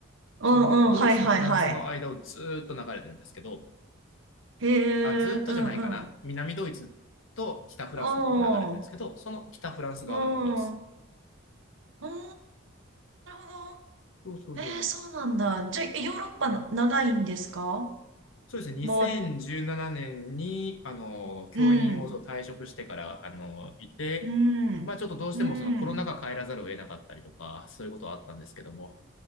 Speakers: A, on the right; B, on the left.
A: うんうん。
B: そのドイツとフランスの間をずーっと流れてるんですけど、
A: はいはいはい。へ
B: あ、ずっとじゃないかな。
A: え、うんうん。
B: 南ドイツと北フランスのところ流れてるんですけど、
A: ああ、う
B: その北フランス側の方です。
A: ん。うーん、なるほ
B: そうそうそうそう。
A: ど。えー、そうなんだ。じゃあ、ヨーロッパな長いんですか
B: そうですね。2017年に、
A: まあ、
B: あの、教員をそう退職してから、
A: うん。
B: あの、いて、
A: うん。
B: まあちょっとどうしてもそのコロナ禍帰らざるを得なかったりとか、
A: うん。うん。
B: そういうことはあったんですけども、